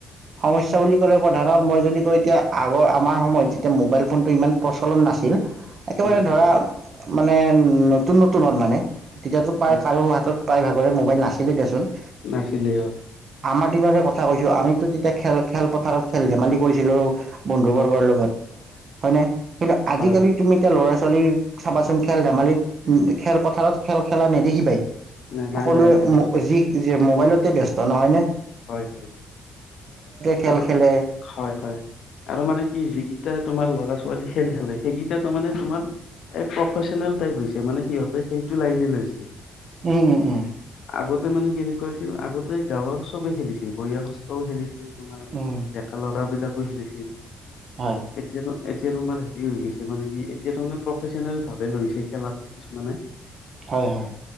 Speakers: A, on the right (about 50°); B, on the left (about 70°).
A: সমস্যা বুলি ক'লে প্ৰধানত মই যদি কওঁ এতিয়া আগৰ আমাৰ সময়ত যেতিয়া মোবাইল ফোনটো ইমান প্ৰচলন নাছিল, একেবাৰে
B: নাছিল
A: ধৰা
B: হয়
A: মানে নতুন নতুন নতুনত মানে তেতিয়াটো পায়
B: হয়
A: কাৰো হাতত তাই ভাগৰে মোবাইল নাছিলোঁ দেচোন।
B: নাছিলে অঁ।
A: আমাৰ দিনৰে কথা কৈছো আমি তেতিয়া খেল খেলপথাৰত খেল ধেমালি কৰিছিলো। বন্ধু
B: হয়
A: বৰ্গৰ লগত হয় নে? কিন্তু আজিকালি
B: হয়
A: তুমি এতিয়া ল'ৰা ছোৱালী চাবাচোন খেল ধেমালিত খেলপথাৰত খেল খেলা নেদেখিবাই।
B: নাই নাই
A: সকলোৱে
B: নাই নাই দেখোন
A: মোক বেছি যি যে মোবাইলতে ব্যস্ত নহয় নে?
B: হয় হয় হয়।
A: খেল
B: আৰু
A: খেলে
B: হয় হয় আৰু মানে কি যিকিটা তোমাৰ ল'ৰা ছোৱালী খেল খালে সেই হেতু মানে তোমাৰ প্ৰফেচনেল টাইপ হৈছে মানে সিহঁতে সেইটো লাইনে লৈছে
A: উম উম উম
B: আগতে মানে কেনেকুৱা আছিল আগতে গাঁৱৰ চবে খেলিছিল বয়সস্থও খেলিছিল তোমাৰ
A: উম,
B: ডেকা ল'ৰা বিলাক সিহঁতে খেলিছিল
A: হয়,
B: এতিয়াটো এতিয়া তোমাৰ হেৰি হৈ গৈছে মানে কি এতিয়া তাৰ মানে প্ৰফেচনেল ভাৱে লৈছে খেলাটো কিছুমানে
A: হয় হয়